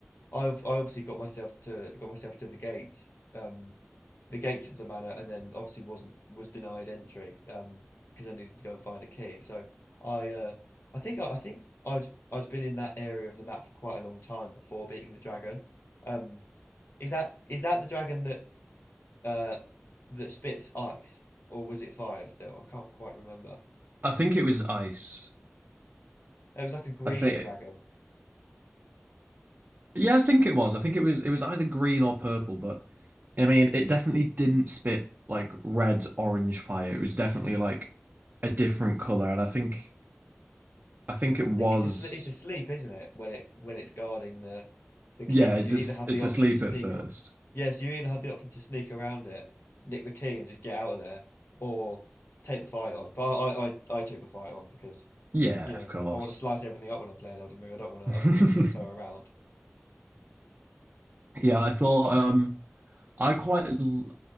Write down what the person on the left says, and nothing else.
I've I obviously got myself to got myself to the gates, um, the gates of the manor, and then obviously wasn't was denied entry um, because I needed to go and find a key. So I uh, I think I, I think I'd I'd been in that area of the map for quite a long time before beating the dragon. Um, is that is that the dragon that uh, that spits ice, or was it fire still? I can't quite remember.
It was like a green
dragon.
I think it's a it's asleep, isn't it? When it when it's guarding the the key.
So
you
either have
the option
to sneak,
a- yeah, so you either have the option to sneak around it, nick the key, and just get out of there, or take the fight on. But I, I, I took the fight on because
you know
I want to slice everything up when I'm playing Elden Ring. I don't want to,
I don't want to tiptoe around.